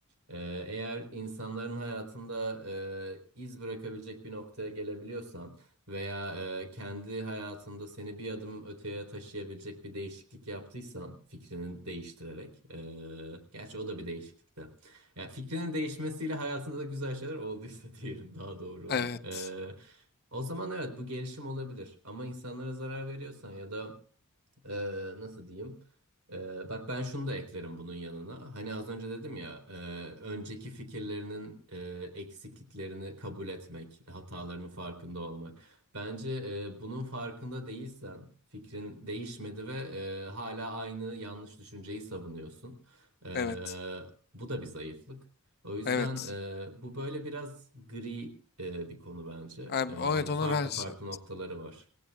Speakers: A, on the right; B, on the left.
A: e, eğer insanların hayatında e, iz bırakabilecek bir noktaya gelebiliyorsan veya e, kendi hayatında seni bir adım öteye taşıyabilecek bir değişiklik yaptıysan fikrini değiştirerek, e, gerçi o da bir değişiklik de. Yani fikrinin değişmesiyle hayatında da güzel şeyler olduysa <laughs> diyelim daha doğru
B: evet
A: olur. E, o zaman evet bu gelişim olabilir. Ama insanlara zarar veriyorsan ya da ee, nasıl diyeyim? Ee, bak ben şunu da eklerim bunun yanına. Hani az önce dedim ya, e, önceki fikirlerinin e, eksikliklerini kabul etmek, hatalarının farkında olmak. Bence e, bunun farkında değilsen, fikrin değişmedi ve e, hala aynı yanlış düşünceyi savunuyorsun. E,
B: evet
A: bu da bir zayıflık. O yüzden
B: evet
A: e, bu böyle biraz gri e, bir konu bence.
B: abi,
A: E,
B: evet
A: hani
B: ona
A: farklı
B: ben şey.
A: farklı noktaları var.